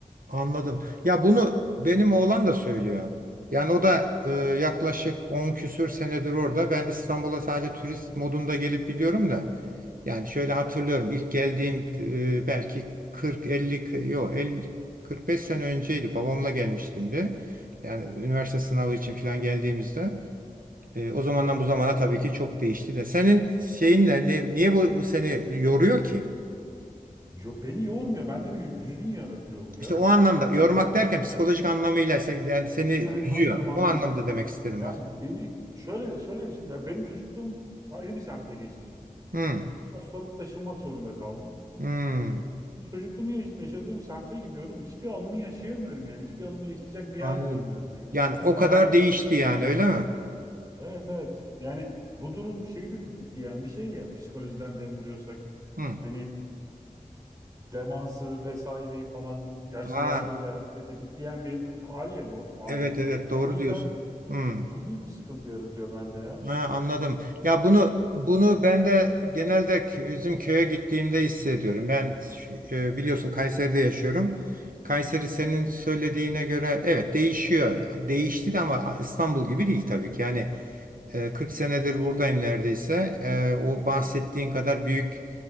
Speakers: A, on the right; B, on the right.
A: anladım. Ya bunu benim oğlan da söylüyor. Yani o da e, yaklaşık 10 küsür senedir orada. Ben İstanbul'a sadece turist modunda gelip gidiyorum da. Yani şöyle hatırlıyorum. İlk geldiğim e, belki 40-50 k- yok 50 45 sene önceydi. Babamla gelmiştim bir. Yani üniversite sınavı için falan geldiğimizde. E, o zamandan bu zamana tabii ki çok değişti de. Senin şeyin ne, ne- niye bu, bu seni yoruyor ki?
B: Yo, beni yormuyor. Bende bir hüzün yaratıyor bu ya.
A: İşte o anlamda
B: Yani
A: yormak derken psikolojik anlamıyla sen, yani seni üzüyor.
B: Ha, anladım anladım
A: O anlamda
B: anladım.
A: demek istedim
B: Yani
A: aslında.
B: beni şöyle şöyle ya benim çocukluğum ayrı bir semtte geçti.
A: Hmm,
B: Daha sonra taşınmak zorunda kaldım.
A: hmm,
B: Şimdi Çocukluğumu yaş- yaşadığım semte gidiyorum. Hiçbir anımı yaşayamıyorum yani. Hiçbir anımı yaşayacak bir yer
A: anladım.
B: bulamıyorum. Hepsi
A: Yani
B: bütün
A: o
B: binalar
A: kadar
B: değişmiş
A: değişti
B: durumda.
A: yani öyle mi?
B: Evet evet. Yani bu durum şeyi de tetikleyen bir şey ya. Psikolojiden dem vuruyorsak.
A: Hmm.
B: Hani demansı vesaireyi falan yaşlılarda
A: Ha,
B: özellikle tetikleyen bir hal ya bu Adem.
A: evet evet doğru
B: O yüzden
A: diyorsun. Hmm.
B: bu büyük bir sıkıntı yaratıyor bende ya.
A: Ha, anladım. Ya bunu bunu ben de genelde kö- bizim köye gittiğimde hissediyorum. Ben e, biliyorsun Kayseri'de yaşıyorum. Kayseri senin söylediğine göre evet değişiyor. Değişti de ama İstanbul gibi değil tabii ki. Yani e, 40 senedir buradayım neredeyse. E, o bahsettiğin kadar büyük